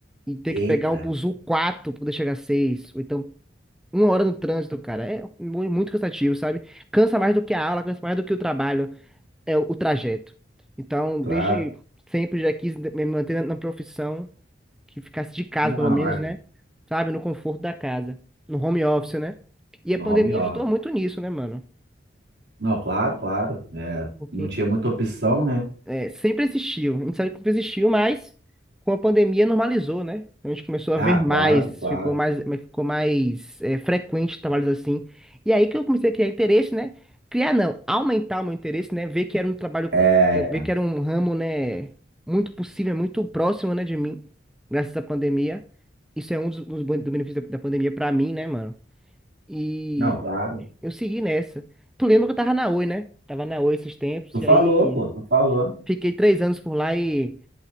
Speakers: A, in the centre; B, on the right (about 65°).
A: e ter
B: eita,
A: que pegar um buzu 4 para poder chegar às 6, ou então uma hora no trânsito, cara, é mu- muito cansativo, sabe? Cansa mais do que a aula, cansa mais do que o trabalho, é o o trajeto. Então,
B: claro.
A: desde sempre já quis me manter na na profissão, que ficasse de casa,
B: Não,
A: pelo menos,
B: é,
A: né? Sabe? No conforto da casa, no home office, né? E
B: no
A: a pandemia
B: home office.
A: ajudou muito nisso, né, mano?
B: Não, claro, claro, é,
A: porque
B: não tinha muita opção, né?
A: É, sempre existiu, a gente sabe que sempre existiu, mas com a pandemia normalizou, né? Então, A gente começou a
B: Ah,
A: ver mais,
B: claro, claro.
A: ficou mais, ficou mais é, frequente trabalhos assim. E aí que eu comecei a criar interesse, né? Criar não, aumentar o meu interesse, né? Ver que era um trabalho,
B: É,
A: é, ver que era um ramo, né? Muito possível, muito próximo, né, de mim, graças à pandemia. Isso é um dos, dos ben- do benefício da, da pandemia pra mim, né, mano? E
B: não, claro.
A: eu segui nessa. Tu lembra que eu tava na Oi, né? Tava na Oi esses tempos,
B: Tu falou,
A: e aí.
B: pô, tu falou.
A: Fiquei três anos por lá e,